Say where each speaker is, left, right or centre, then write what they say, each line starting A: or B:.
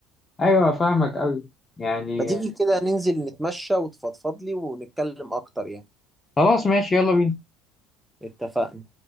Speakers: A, on the left; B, in the centre.
A: ايوه فاهمك قوي يعني
B: ما تيجي كده ننزل نتمشى وتفضفض لي ونتكلم أكتر يعني
A: خلاص ماشي يلا بينا
B: اتفقنا